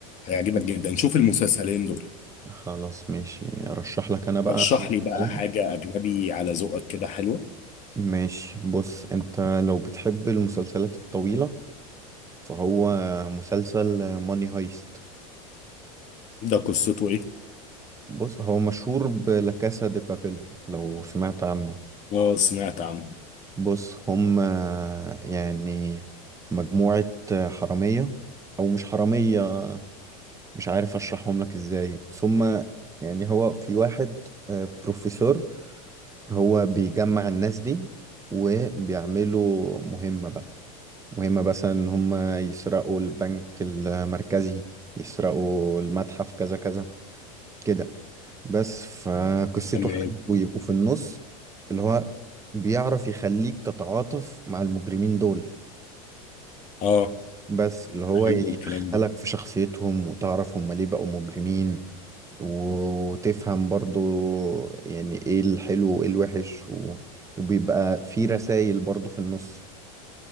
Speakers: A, on the left; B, on the right.
A: هيعجبك
B: مم.
A: جدا شوف المسلسلين دول
B: خلاص ماشي ارشح لك انا بقى
A: رشح لي بقى
B: مسلسلات.
A: حاجة أجنبي على ذوقك كده حلوة
B: ماشي بص انت لو بتحب المسلسلات الطويلة فهو مسلسل ماني هايست
A: ده قصته إيه؟
B: بص هو مشهور بلا كاسا دي بابيل لو سمعت عنه
A: اه سمعت عنه
B: بص هم يعني مجموعة حرامية او مش حرامية مش عارف اشرحهم لك ازاي بس هم يعني هو في واحد آه، بروفيسور هو بيجمع الناس دي وبيعملوا مهمة بقى مهم مثلا ان هم يسرقوا البنك المركزي يسرقوا المتحف كذا كذا كده بس فقصته
A: تمام
B: حلوة ويبقوا في النص اللي هو بيعرف يخليك تتعاطف مع المجرمين دول
A: اه
B: بس اللي هو
A: حلو
B: يدخلك
A: الكلام ده
B: في شخصيتهم وتعرف هم ليه بقوا مجرمين و- وتفهم برضو يعني ايه الحلو وايه الوحش و- وبيبقى في رسائل برضو في النص